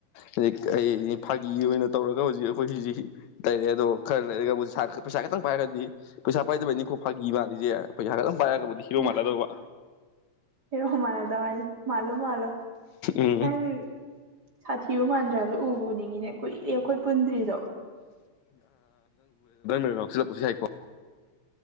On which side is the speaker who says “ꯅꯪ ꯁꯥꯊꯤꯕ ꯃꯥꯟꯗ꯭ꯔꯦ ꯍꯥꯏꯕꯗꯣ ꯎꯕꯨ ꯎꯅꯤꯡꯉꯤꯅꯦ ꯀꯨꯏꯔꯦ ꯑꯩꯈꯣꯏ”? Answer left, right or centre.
Right